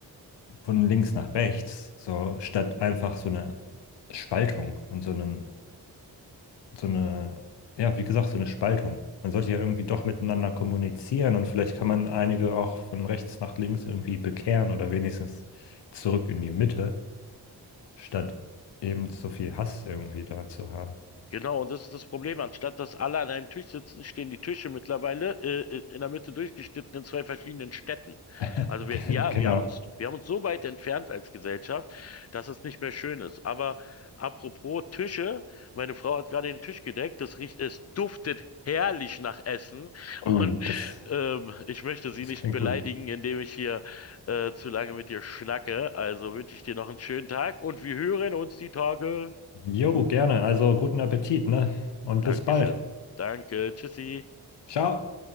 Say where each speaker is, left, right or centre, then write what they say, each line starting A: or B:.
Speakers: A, on the left; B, on the left.
A: von links nach rechts, so statt einfach so eine Spaltung und so einen, so eine, ja, wie gesagt, so eine Spaltung. Man sollte ja irgendwie doch miteinander kommunizieren und vielleicht kann man einige auch von rechts nach links irgendwie bekehren oder wenigstens zurück in die Mitte. statt eben so viel Hass irgendwie da zu haben.
B: Genau, und das ist das Problem. Anstatt dass alle an einem Tisch sitzen, stehen die Tische mittlerweile äh, äh, in der Mitte durchgeschnitten in zwei verschiedenen Städten.
A: <laughs>
B: Also wir,
A: Ge-
B: ja,
A: Genau.
B: wir haben uns, wir haben uns so weit entfernt als Gesellschaft, dass es nicht mehr schön ist. Aber apropos Tische, meine Frau hat gerade den Tisch gedeckt. Das riecht, es duftet herrlich nach Essen. Und
A: Oh, das,
B: ähm, ich möchte sie
A: das
B: nicht
A: klingt
B: beleidigen,
A: gut.
B: indem ich hier äh, zu lange mit dir schnacke. Also wünsche ich dir noch einen schönen Tag und wir hören uns die Tage.
A: Jo, gerne. Also guten Appetit, ne? Und
B: Dankeschön.
A: bis bald.
B: Danke. Tschüssi.
A: Ciao.